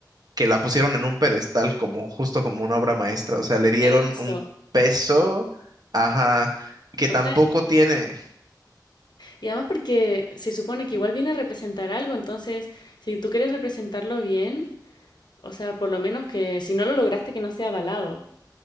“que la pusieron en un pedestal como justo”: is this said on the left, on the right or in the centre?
Right